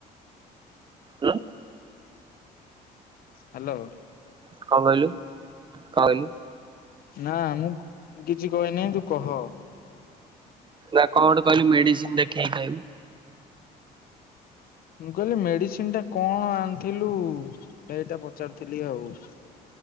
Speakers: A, on the right; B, on the left.
A: ଉଁ
B: ହାଲୋ।
A: କଁ କହିଲୁ କହିଲୁ।
B: ନାଁ ମୁଁ କିଛି କହିନି ତୁ କହ।
A: ନାଁ କଁ ଅଟେ କହିଲୁ ମେଡ଼ିସିନ୍ ଦେଖେଇ ଖାଇଲୁ?
B: ମୁଁ କହିଲି ମେଡ଼ିସିନ୍ ଟା କଣ ଆଣିଥିଲୁ? ଏଇଟା ପଚାରୁଥିଲି ଆଉ।